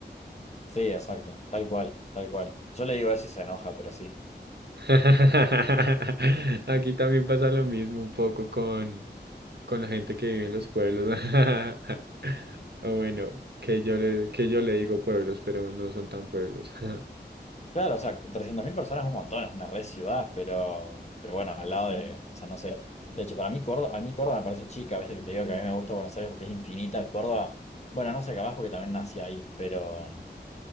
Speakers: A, on the left; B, on the right.
A: Sí, exacto, tal cual, tal cual. Yo le digo eso y se enoja, pero sí.
B: <laughs> Aquí también pasa lo mismo un poco con, con la gente que vive en los pueblos. <laughs> O bueno, que yo le, que yo le digo pueblos, pero no son tan pueblos. <laughs>
A: Claro, o sea, 300.000 personas es un montón, es una red ciudad, pero, pero bueno, al lado de, o sea, no sé. De hecho, para mí Córdoba, a mí Córdoba me parece chica, a veces que te digo que a mí me gusta Buenos Aires porque es infinita, Córdoba, bueno, no sé, capaz porque también nací ahí, pero